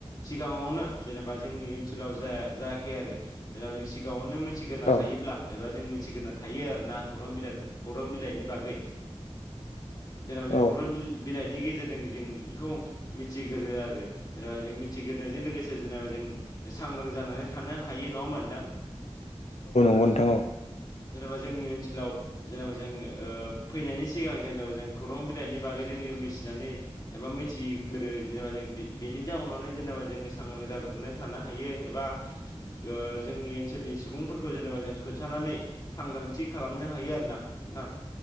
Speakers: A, on the left; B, on the left.
A: सिगाङावनो जेनेबा जोंनि ओनसोलाव जा जायाखै आरो। जेनेबा जों सिगाङावनो मिथिग्रोना
B: औ
A: थायोब्ला एबा जों मिथिग्रोना थायो आरोना खौरां बिलाइखौ खौरां बिलाइ बिलाइनि बागै जेनेबा जों
B: औ
A: खौरां बिलाइनि गेजेरजों जों बेखौ मिथिग्रो आरो द जों मिथिग्रोनायजों लोगोसे जेनेबा जों सांग्रां जानानै थानो ह हायो नङा होनबा नोंथां
B: ओ नोंथां औ
A: जेनेबा जोंनि ओनसोलाव जेनेबा जों ओ फैनायनि सिगां जेनेबा जों खौरां बिलाइनि बागै जोंबो मिथिनानै एबा मिथिग्रो जेनेबा जों बेनि जाउनावनो जेनेबा जोङो सांग्रां जा ग्रोना थानो हायो एबा ओ जोंनि ओनसोलनि सुबुंफोरखौ जेनेबा जों खोन्थानानै सांग्रांथि खालामनो हायो आरोना नों थां